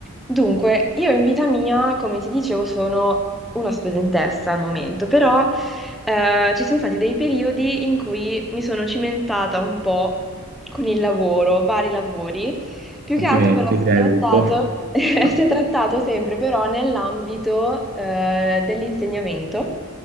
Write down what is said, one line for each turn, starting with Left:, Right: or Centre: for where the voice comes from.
Centre: Dunque, io in vita mia, come ti dicevo, sono una studentessa al momento, però eh, ci sono stati dei periodi in cui mi sono cimentata un po' con il lavoro, vari lavori, più
Right: Complimenti,
Centre: che altro però si
Right: prima
Centre: è trattato,
Right: di tutto.
Centre: <laughs> si
Right: <laughs>
Centre: è trattato sempre però nell'ambito eh, dell'insegnamento